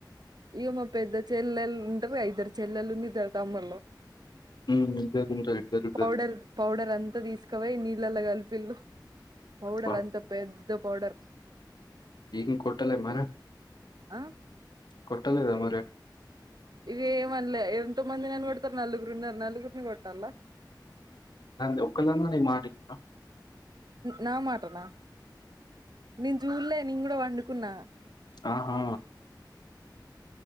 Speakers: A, on the right; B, on the left.
A: ఇయ్యో మా పెద్ద చెల్లెలు ఉంటారు ఇద్దరు చెల్లెలు ఇద్దరు తమ్ములు
B: ఉమ్ ఇద్దరు ఉంటారు ఇద్దరు ఇద్దరు
A: పౌడర్ పౌడర్ అంతా తీసుకపోయి నీళ్ళలో కలిపి పిల్లు పౌడర్
B: బా
A: అంత పెద్ద పౌడర్
B: ఏం కొట్టాల మరి
A: ఆ
B: కొట్టాలేదా మరి
A: ఇగ ఏమన్లే ఎంత మంది నన్ కొడతారు నలుగురున్నరు నలుగుర్ని కొట్టలా
B: అ ఒక్కళ్ళన నీకు మట్టిచింర
A: నా మాటనా నేను చూల్లే నేను కూడా పండుకున్నా
B: ఆహా